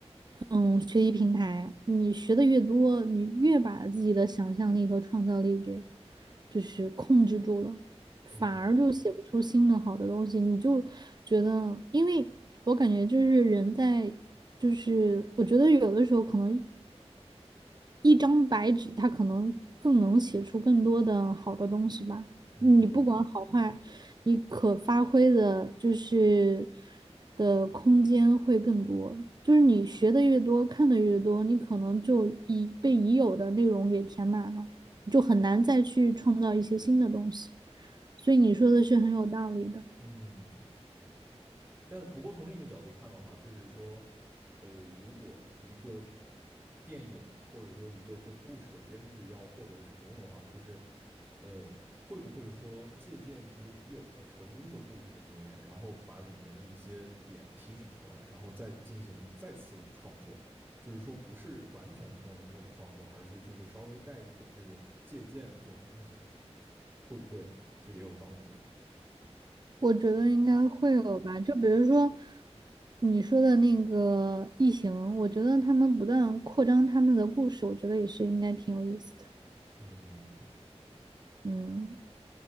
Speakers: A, on the right; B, on the right.
A: 嗯，学习平台，你学的越多，你越把自己的想象力和创造力给就是控制住了，反而就写不出新的好的东西。
B: 嗯，
A: 你就觉得，因为我感觉就是人在，就是我觉得有的时候可能一张白纸，它可能更能写出更多的好的东西吧。
B: 嗯
A: 你不管好坏，你可发挥的就是的空间会更多。就是你学的越多，看的越多，你可能就已被已有的内容给填满了，就很难再去创造一些新的东西。所以你说的是很有道理的。
B: 嗯，但不过从另一个角度看的话，就是说，呃，如果一个电影或者说一个这种故事的编剧要获得成功的话，就是呃，会不会说借鉴一些已有的成功的故事的经验，然后把里面的一些点提取出来，然后再进行再次创作？就是说，不是完全从零开始创作，而是就是稍微带一点这种借鉴的这种东西，会不会其实也有帮助呢？
A: 我觉得应该会有吧，就比如说你说的那个异形，我觉得他们不断扩张他们的故事，我觉得也是应该挺有意思的。
B: 嗯
A: 嗯，